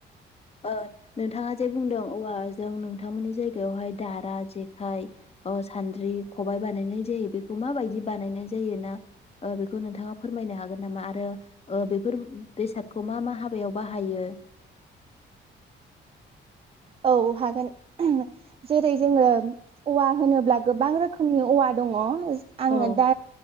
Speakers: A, on the left (about 30°); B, on the right (about 30°).
A: ओ नोंथाङा जे बुंदों औवाजों नोंथांमोननि जायगायावहाय दारा जेखाइ ओ सान्द्रि खबबाय बानायनाय जायो बेखौ माबायदि बानायनाय जायो ना ओ बेखौ ओ नोंथाङा फोरमायनो हागोन नामा ओ आरो बेफोर बेसादखौ मा मा हाबायाव बाहायो?
B: औ हागोन जेरै जोङो औवा होनोब्ला गोबां रोखोमनि औवा दङ आङो
A: औ
B: दा